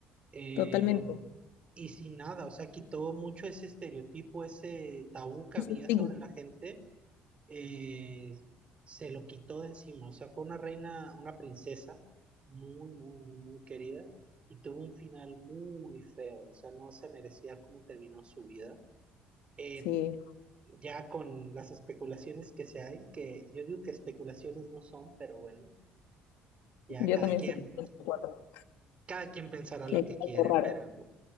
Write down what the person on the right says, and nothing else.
eh,
y sin nada, o sea, quitó mucho ese estereotipo, ese tabú que
había
sobre la gente, eh, se lo quitó de encima, o sea, fue una reina, una princesa muy, muy, muy, muy querida. Y tuvo un final muy feo, o sea, no se merecía cómo terminó su vida. Eh,
ya con las especulaciones que se hay, que yo digo que especulaciones no son, pero bueno, ya
cada
quien,
cada quien pensará
lo
que quiere,
pero,